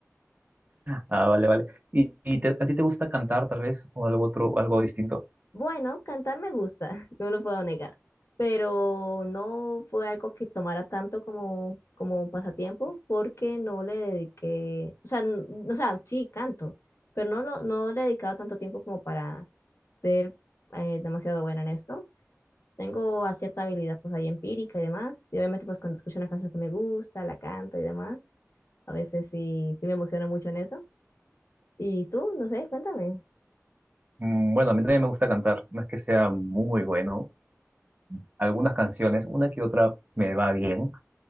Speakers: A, on the right; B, on the left.
A: Ah, vale, vale. ¿Y, y te- a ti te gusta cantar tal vez o algo otro, algo distinto?
B: Bueno, cantar me gusta, <laughs> no lo puedo negar, pero no fue algo que tomara tanto como, como pasatiempo porque no le dediqué, o sea, n- o sea, sí canto, pero no, lo, no le he dedicado tanto tiempo como para ser eh, demasiado buena en esto. Tengo a cierta habilidad pues ahí empírica y demás, y obviamente pues cuando escucho una canción que me gusta, la canto y demás, a veces sí, sí me emociono mucho en eso. Y tú, no sé, cuéntame.
A: Mm, Bueno, a mí también me gusta cantar, no es que sea muy bueno. Algunas canciones, una que otra me va bien,